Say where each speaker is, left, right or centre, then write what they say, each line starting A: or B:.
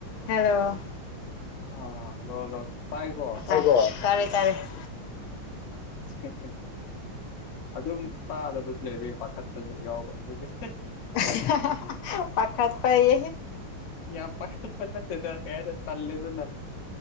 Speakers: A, on the left; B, on the left.
A: Hello
B: ꯑ hello hello ꯇꯥꯏ ꯀꯣ
A: ꯇꯀꯣ ꯇꯥꯔꯦ ꯇꯥꯔꯦ ꯍꯝ
B: <unintelligible> ꯑꯗꯨꯝ ꯇꯥꯗꯕꯁꯨ ꯂꯩꯔꯦ ꯄꯥꯈꯠꯄꯖꯨ ꯌꯥꯎꯕ ꯗꯨꯢꯒꯤ
A: ꯍꯥꯍꯥꯍꯥꯍꯥ ꯄꯈꯠꯄ ꯌꯦ
B: ꯌꯥꯝ ꯄꯈꯠꯄ ꯅꯠꯇꯦꯗ ꯀꯩꯍꯥꯗꯨꯢ ꯇꯜꯂꯤꯗꯅ